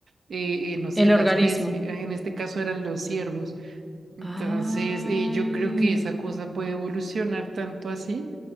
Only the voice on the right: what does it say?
eh, eh, no sé,
la
especie. En este caso eran los ciervos. Entonces,
eh, yo creo que esa cosa puede evolucionar tanto así